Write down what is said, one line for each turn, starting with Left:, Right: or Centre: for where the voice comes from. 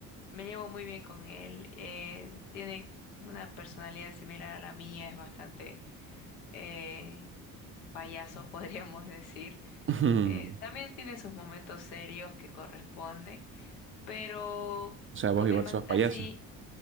Left: me llevo muy bien con él. eh, tiene una personalidad similar a la mía, es bastante eh, payaso, <laughs> podríamos decir.
Right: <laughs> ujú.
Left: Eh, también tiene sus momentos serios que corresponden. pero
Right: O sea, vos
Left: con
Right: igual
Left: mi hermanita
Right: sos payasa.
Left: sí,